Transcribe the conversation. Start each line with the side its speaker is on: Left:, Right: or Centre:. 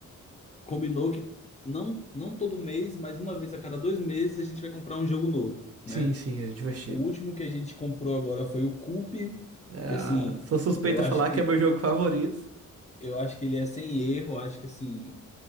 Left: combinou que não, não todo mês, mas uma vez a cada dois meses a gente vai comprar um jogo novo, né?
Right: Sim, sim, é divertido.
Left: O último que a gente comprou agora foi o Coup,
Right: Ah,
Left: que assim.
Right: sou suspeita
Left: Eu acho
Right: a falar
Left: que
Right: que é meu jogo favorito.
Left: Eu acho que ele é sem erro, acho que assim,